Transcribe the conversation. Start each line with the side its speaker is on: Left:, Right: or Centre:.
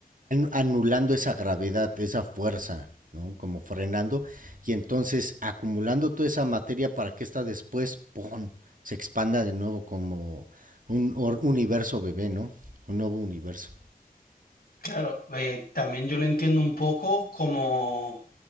Right: anulando esa gravedad, esa fuerza, ¿no? Como frenando y entonces acumulando toda esa materia para que esta después ¡pum! se expanda de nuevo como un or- universo bebé, ¿no? Un nuevo universo.
Left: Claro, eh, también yo lo entiendo un poco como...